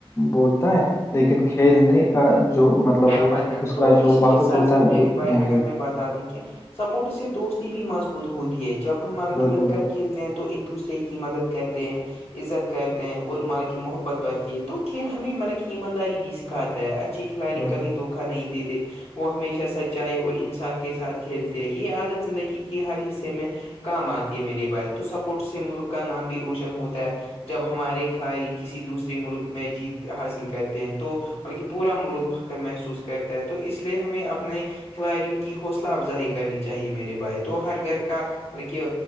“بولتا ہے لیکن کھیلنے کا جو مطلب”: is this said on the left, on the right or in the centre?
Left